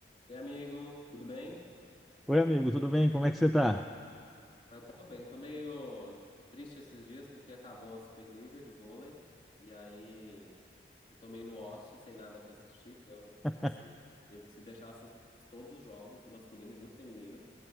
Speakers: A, on the left; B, in the centre.
A: E amigo, tudo bem?
B: Oi, amigo, tudo bem? Como é que você tá?
A: Ah, tô bem, tô meio triste esses dias porque acabou a Superliga de vôlei e aí eu tô meio no ócio, sem nada pra assistir, porque eu,
B: <laughs>
A: assim, eu se deixar assisto todos os jogos do masculino e do feminino,